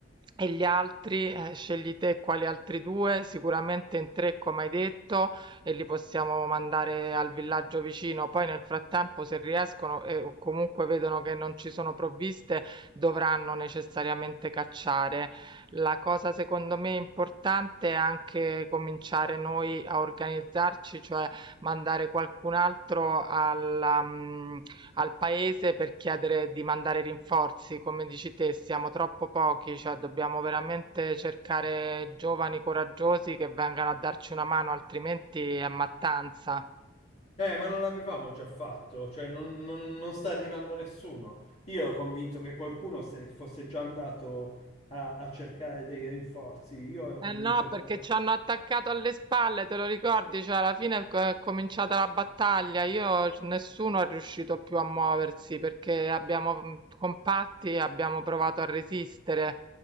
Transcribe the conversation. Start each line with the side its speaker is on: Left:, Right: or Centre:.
Right: e gli altri, eh, scegli te quali altri due, sicuramente in tre come hai detto e li possiamo mandare al villaggio vicino. Poi nel frattempo se riescono e o comunque vedono che non ci sono provviste, dovranno necessariamente cacciare. La cosa secondo me importante è anche cominciare noi a organizzarci, cioè mandare qualcun altro alla, mm, al paese per chiedere di mandare rinforzi. Come dici te, siamo troppo pochi, cioè dobbiamo veramente cercare giovani coraggiosi che vengano a darci una mano, altrimenti è mattanza.
Left: Eh, ma non l'avevamo già fatto, cioè non, non- non sta arrivando nessuno. Io ero convinto che qualcuno se fosse già andato a, a cercare dei rinforzi, io ero
Right: Eh
Left: convinto
Right: no, perché
Left: che
Right: ci hanno attaccato alle spalle, te lo ricordi? Cioè, alla fine è co- è cominciata la battaglia. Io, nessuno è riuscito più a muoversi perché abbiamo mh, compatti, abbiamo provato a resistere.